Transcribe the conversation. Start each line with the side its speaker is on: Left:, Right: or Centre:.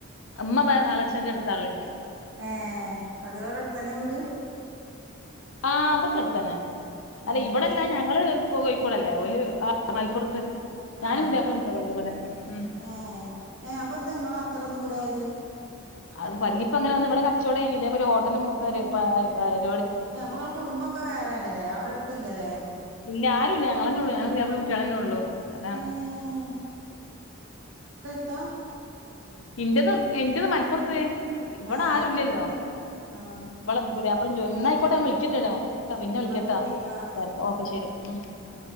Left: അമ്മ വേ അളച്ചന്റെ അടുത്താള്ളേ
Right: ഏ അത് അടെ അടുത്തന്നെ വീട്
Left: ആ അതൊക്കെ എടുത്തന്നെ അല്ല
Right: ഏഹ്
Left: ഇവിടെല്ല ഞങ്ങള് പോ കോയിക്കോടല്ലേ ഓല് മലപ്പുറത്ത്
Right: ആ
Left: ഞാനും പുതിയാപ്പളീം കുട്ടിയോളൊള്ളു ഇവിടെ ഉം
Right: ഏ ഏ അപ്പൊ എന്താ നിങ്ങള് അത്ര ദൂരായത്
Left: അത് വല്യപ്പ അങ്ങനെ വന്ന് ഇവിടെ കച്ചവടംനി ഇതേപലെ ഹോട്ടലും <unintelligible>
Right: ഏ അപ്പൊ നിങ്ങ കുടുംബൊക്കെ വേറെയാണ് അല്ലേ അവിടെ അടുത്ത്ല്ലല്ലേ
Left: ഇല്ല ആരുംല്ല ഞങ്ങളന്നേ ഉള്ളൂ ഞാനും പുതിയാപ്പളേ കുട്ടിയളന്നേ ഉള്ളൂ അതാണ്
Right: ഏഹ് ത്ത
Left: എൻ്റെത് എൻ്റെ മലപ്പുറത്തേ. ഇവിടെ
Right: ഏ
Left: ആരു ഇല്ലല്ലോ
Right: ആ
Left: ഇവിടെ ഇവിളൂരിപ്പ ജോലി മായിക്കോട്ടെ ഞൻ വിളിക്കണ്ട് ഡാ ആ പിന്നെ വിളിക്കട്ടാ
Right: ശരി ആ ശരി
Left: ഓക്കെ ശെരി ഉം
Right: ആ